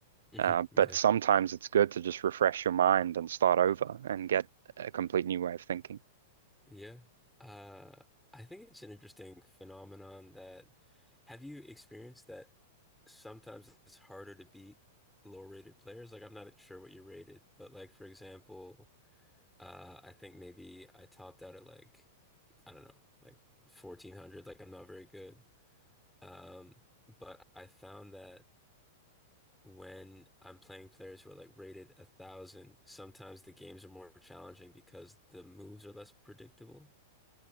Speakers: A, in the centre; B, on the right.
A: <laughs>
B: Uh,
A: Yeah.
B: but sometimes it's good to just refresh your mind and start over and get a complete new way of thinking.
A: Yeah. Uh, I think it's an interesting phenomenon that have you experienced that sometimes it's harder to beat lower rated players? Like I'm not sure what you rated, but like for example, uh I think maybe I topped out at like I don't know, like 1400, like I'm not very good. Um, but I found that when I'm playing players who are like rated a thousand, sometimes the games are more challenging because the moves are less predictable,